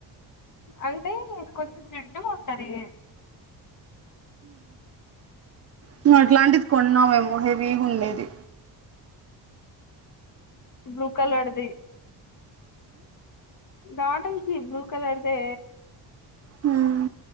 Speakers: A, on the left; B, on the right.
A: అంటే కొంచెం జిడ్డుగా ఉంటది
B: నువ్వు అట్లాంటిది కొన్నావేమో హెవీ ఉండేది
A: బ్లూ కలర్ది డాటల్కి బ్లూ కలర్దే
B: మ్మ్